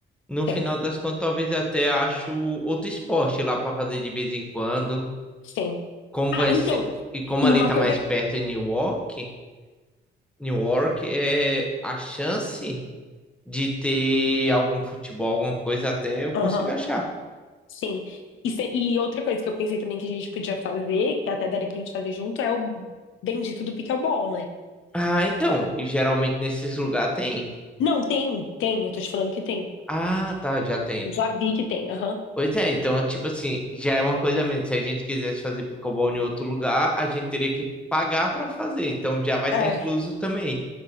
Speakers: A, in the centre; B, on the left.
A: No
B: Tem,
A: final das contas, talvez eu até acho outro esporte lá para fazer de vez em quando.
B: tem.
A: Como
B: Ah,
A: vai
B: então,
A: ser, e como
B: e
A: ali
B: uma
A: tá
B: coisa.
A: mais perto em Newark, Newark é a chance de ter algum futebol, alguma coisa até eu consigo
B: Aham,
A: achar.
B: sim. E, se- e outra coisa que eu pensei também que a gente podia fazer, que até daria pra gente fazer junto, é o bendito do pickleball, né?
A: Ah, então, e geralmente nesses lugares tem.
B: Não, tem, tem. Eu tô te falando que tem.
A: Ah, tá, já tem.
B: Eu já vi que tem. Aham.
A: Pois é, então, tipo assim, já é uma coisa a menos. Se a gente quisesse fazer pickleball em outro lugar, a gente teria que pagar para fazer. Então já vai estar
B: É,
A: incluso também.